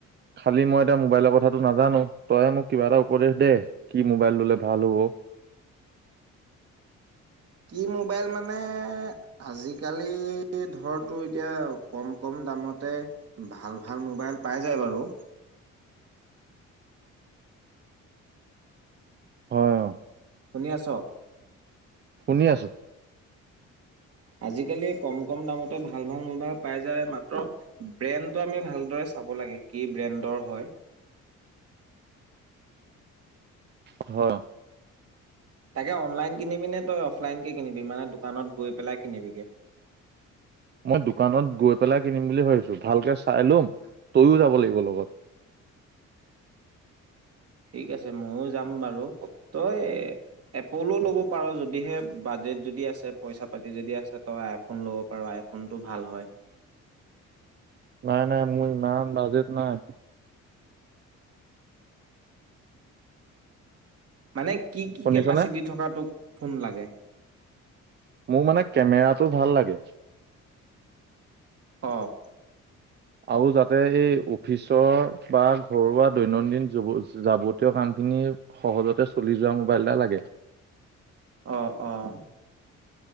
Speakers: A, on the right (about 35°); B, on the right (about 50°).
A: খালি মই এতিয়া মোবাইলৰ কথাটো নাজানো, তইহে মোক কিবা এটা উপদেশ দে কি মোবাইল ললে ভাল হব।
B: কি মোবাইল মানে আজিকালি ধৰতো এতিয়া কম-কম দামতে ভাল-ভাল মোবাইল পাই যায় বাৰু।
A: হয় অহ।
B: শুনি আছ?
A: শুনি আছো।
B: আজিকালি কম -কম দামতে ভাল- ভাল মোবাইল পাই যায় মাত্ৰ ব্ৰেণ্ডটো আমি ভালদৰে চাব লাগে কি ব্ৰেণ্ডৰ হয়।
A: শ
B: তাকে অনলাইন কিনিবি নে তই অফলাইনকে কিনিবি মানে দোকানত গৈ পেলাই কিনিবিগে?
A: মই দোকানত গৈ পেলাই কিনিম বুলি ভাবিছো। ভালকে চাই ল'ম তইও যাব লাগিব লগত।
B: ঠিক আছে ময়ো যাম বাৰু তই এপলো ল'ব পাৰ যদিহে বাজেট যদি আছে। পইচা পাতি যদি আছে। তই আইফোন ল'ব পাৰ আইফোনটো ভাল হয়।
A: নাই -নাই মোৰ ইমানমান বাজেত নাই।
B: মানে কি- কি
A: শুনিছনে
B: কেপাচিটি থকাটোক ফোন লাগে?
A: মোৰ মানে কেমেৰাতটো ভাল লাগে।
B: অহ
A: আৰু যাতে এই অফিচৰ বা ঘৰুৱা দৈনন্দিন যাৱতীয় কামখিনি সহজতে চলি যোৱা মোবাইল এটা লাগে।
B: অহ-অহ